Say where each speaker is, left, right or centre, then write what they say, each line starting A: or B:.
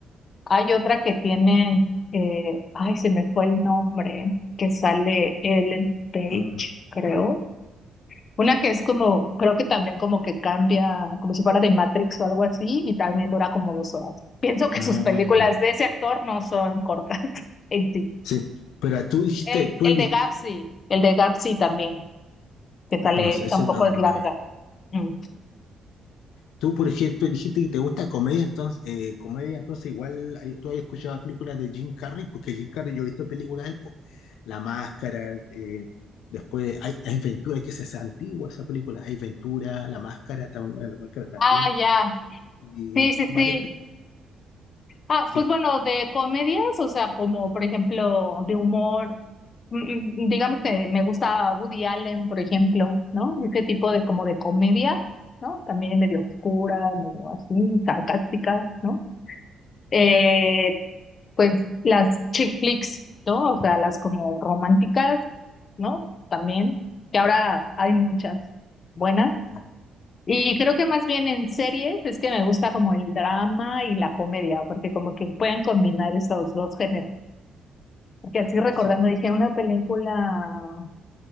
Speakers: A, on the left; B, on the left.
A: hay otra que tienen, eh, ay, se me fue el nombre, que sale Ellen Page,
B: Ah,
A: creo Una que es como, creo que también como que cambia, como si fuera de Matrix o algo así, y también dura como dos horas. <laughs> Pienso que
B: ah,
A: sus películas
B: ya.
A: de ese actor no son cortas <laughs> en sí.
B: Sí, pero tú dijiste,
A: El,
B: tú
A: el
B: has visto,
A: de Gapsi, el de Gapsi también, que sale,
B: ah, no sé, ese
A: tampoco
B: no,
A: es
B: no,
A: larga.
B: no,
A: Mm.
B: Tú, por ejemplo, dijiste que te gusta comedia, entonces, eh, comedia, entonces igual hay- tú has escuchado películas de Jim Carrey, porque Jim Carrey yo he visto películas de él, po. La Máscara, eh, después hay, hay Ventura, que esa es antigua, esa película, hay Ventura, La Máscara, tam- bueno, La Máscara también,
A: Ah, ya.
B: y
A: Sí, sí,
B: varias
A: sí.
B: películas.
A: Ah,
B: Sí,
A: pues bueno, de comedias, o sea, como por ejemplo de humor, mm, mm, digamos que me gusta Woody Allen, por ejemplo, ¿no? Ese tipo de como de comedia, ¿no? También medio oscura, medio así, sarcástica, ¿no? Eh, pues las chick flicks, ¿no? O sea, las como románticas, ¿no? También, que ahora hay muchas buenas.
B: Ah,
A: Y creo que más bien en series es que me gusta como el drama y la comedia, porque como que pueden combinar esos dos géneros. Porque así recordando,
B: hace,
A: dije, una película,